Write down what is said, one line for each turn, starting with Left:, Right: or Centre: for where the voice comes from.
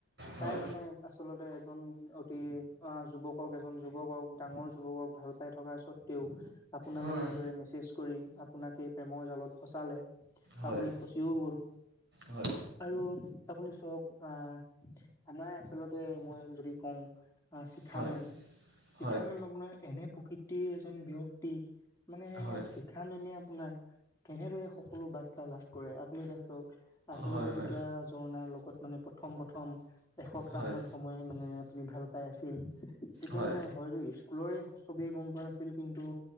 Right: হয়
Left: তাই মানে আচলতে এজন অতি আহ যুৱকক এজন যুৱকক ডাঙৰ যুৱকক ভাল পাই থকাৰ স্বত্বেও আপোনালে
Right: হয়
Left: সেই দৰে মেছেজ কৰি আপোনাকে প্ৰেমৰ জালত ফচালে।
Right: হয় হয়
Left: আপুনি ফুচিও গ'ল।
Right: হয়
Left: আৰু আপুনি চক আহ নাই আচলতে মই ল- দি কওঁ শিখামেম
Right: হয়
Left: শিখামেমক
Right: হয়
Left: ন এনে প্ৰকৃতিৰ এজন ব্যক্তি মানে
Right: হয়
Left: শিখা মেমে আপোনাৰ কেনেদৰে সকলো বাৰ্তা লাভ কৰে আপুনি এতিয়া চক আপুনি
Right: হয়
Left: যে
Right: হয়
Left: তেতিয়া জঝোৰণাৰ লগত মানে প্ৰথম প্ৰথম এসপ্তাহ
Right: হয়,
Left: মান সময় মানে তুমি ভাল পাই আছিল। তেতিয়া
Right: হয়,
Left: মানে হয়তো স্কুলৰে চবেই গম পোৱা নাছিল কিন্তু